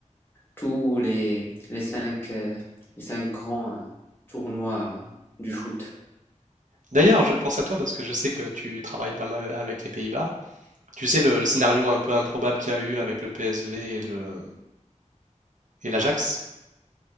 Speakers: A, on the left; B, on the right.
A: tous les, les cinq, euh, les cinq grands euh, tournois du foot.
B: D'ailleurs, je pense à toi parce que je sais que tu travailles pas mal avec les Pays-Bas. Tu sais, le, le scénario un peu improbable qu'il y a eu avec le PSV et le, Et l'Ajax?